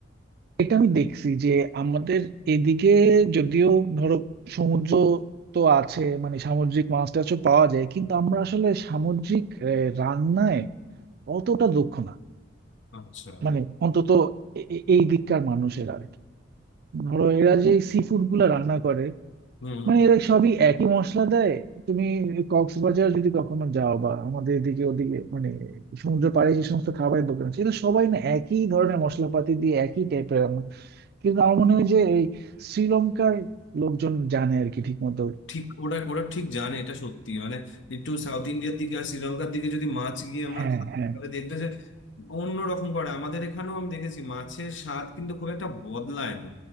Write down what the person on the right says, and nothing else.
এটা আমি দেখছি যে আমাদের এদিকে যদিও ধরো সমুদ্র তো আছে মানে সামুদ্রিক মাছ টাছও পাওয়া যায় কিন্তু আমরা আসলে সামুদ্রিক আহ, রান্নায় অতটা দক্ষ না
মানে অন্তত এ- এ- এই দিককার মানুষের আর কি ধরো এরা যে সি ফুড গুলা রান্না করে
মানে এরা সবই একই মশলা দেয় তুমি কক্সবাজার যদি কখনো যাও বা আমাদের এদিকে ওদিকে মানে সমুদ্র পাড়ে যে সমস্ত খাবারের দোকান আছে এটা সবাই না একই ধরনের মশলাপাতি দিয়ে একই টাইপের রান্না কিন্তু আমার মনে হয় যে এই শ্রীলঙ্কার লোকজন জানে আর কি ঠিক মতো
হ্যাঁ
হ্যাঁ